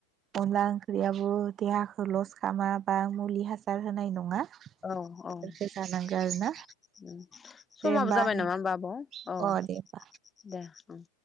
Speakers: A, on the right; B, on the left.
A: अनला ओंख्रियाबो देहाखौ लस खामा बा मुलि हासार होनाय नङा।
B: औ
A: बेफोरखौ
B: औ उम
A: जानांगौ आरो ना
B: समाबो
A: दे होमबा
B: जाबाय
A: आंनि
B: नामा होमबा आब?
A: अ
B: 'औ
A: दे होमबा
B: दे ओं।